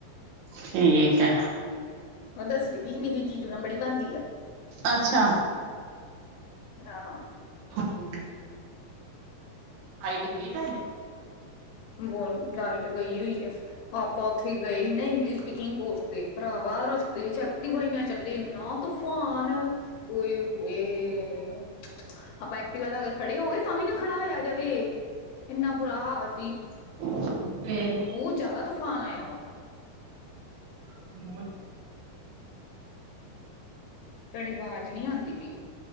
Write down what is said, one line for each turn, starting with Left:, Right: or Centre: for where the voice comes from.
Right: ਠੀਕ ਐ।
Left: ਉਹ ਦੱਸਦੀ ਪਈ ਸੀ। ਮੇਰੀ ਜੀਜੂ ਨਾਲ ਬੜੀ ਬਣਦੀ ਆ।
Right: ਅੱਛਾ।
Left: ਹਾਂ -ਹਾਂ।
Right: ਹੂੰ ਲਾਈਟ ਗਈ ਤੁਹਾਡੇ।
Left: ਬੋ ਲਾਈਟ ਗਈ ਹੋਈ ਆ। ਆਪਾਂ ਉੱਥੇ ਗਏ ਸੀ ਨਾ ਇੰਗਲਿਸ਼ ਸਪੀਕਿੰਗ ਕੋਰਸ ਤੇ ਭਰਾਵਾ ਰਸਤੇ 'ਚ ਐਕਟਿਵਾ ਈ ਨਾ ਚੱਲੇ। ਇੰਨਾ ਤੂਫਾਨ ਓ ਹੋਏ ਓ। ਆਪਾਂ ਐਕਟੀਵਾ ਲਾਅ ਕੇ ਖੜੇ ਹੋ ਗਏ ਤਾਂ ਵੀ ਨਾ ਖੜਾ ਹੋਇਆ ਜਾਵੇ। ਇੰਨਾ ਬੁਰਾ ਹਾਲ ਸੀ।
Right: । <unintelligible>
Left: ਬਹੁ ਜ਼ਿਆਦਾ ਤੂਫਾਨ ਆਇਆ ਵਾ।
Right: <unintelligible>
Left: ਤੁਹਾਡੀ ਆਵਾਜ਼ ਨੀਂ ਆਂਦੀ ਪਈ।